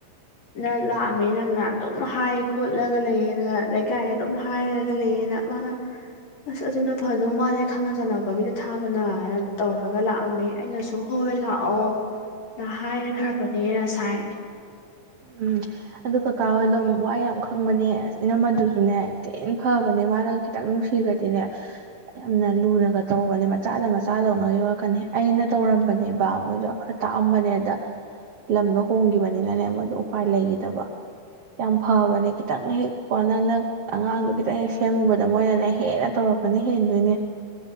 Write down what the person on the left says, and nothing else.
ꯅ ꯂꯥꯛꯑꯝꯃꯦ ꯅꯪꯅ ꯑꯗꯨꯝ ꯍꯥꯏ ꯈꯣꯠꯂꯒ ꯂꯩꯌꯦꯅ ꯂꯩꯀꯥꯏꯗ ꯑꯗꯨꯝ ꯍꯥꯏꯔꯒ ꯂꯩꯌꯦꯅ ꯃꯥꯅ ꯑꯁ ꯑꯗꯨꯅ ꯐꯗꯧ ꯃꯥꯜꯂꯦ ꯈꯪꯅ ꯆꯅꯕꯒꯤꯗ ꯊꯥꯕꯅꯅ ꯇꯧꯔꯒ ꯂꯥꯛꯑꯝꯃꯦ ꯑꯩꯅꯁꯨ ꯍꯣꯏ ꯂꯥꯛꯑꯣ ꯅ ꯍꯥꯏꯈ꯭ꯔꯕꯅꯦ ꯉꯁꯥꯏ